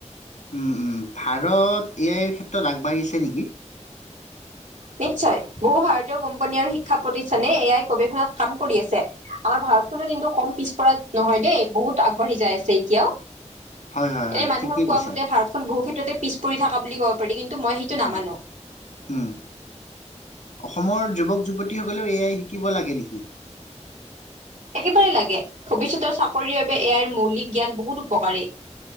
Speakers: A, on the left; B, on the right.
A: উম, উম, ভাৰত এ আইৰ ক্ষেত্ৰত আগবাঢ়িছে নেকি।
B: নিশ্চয় বহু ভাৰতীয় কোম্পানী আৰু শিক্ষা প্ৰতিষ্ঠানে এ আইৰ গৱেষণাত কাম কৰি আছে আমাৰ ভাৰতখনো কিন্তু কম পিছপৰা নহয় দেই বহুত আগবাঢ়ি যাই আছে এতিয়াও।
A: হয়, হয়,
B: এনে
A: হয়,
B: মানুহৰ
A: ঠিকেই
B: কোৱা
A: কৈছা।
B: মতে ভাৰতখন বহুতখিনি তাতে পিছপৰি থকা বুলি কব পাৰি কিন্তু কিন্তু মই সেইটো নামানো
A: উম, উম, অসমৰ যুৱক যুৱতীসকলেও এআই শিকিব লাগে নেকি
B: শিকিবয়ে লাগে ভৱিষ্যতৰ চাকৰি বাবে এআইৰ মৌলিক জ্ঞান বহুত উপকাৰী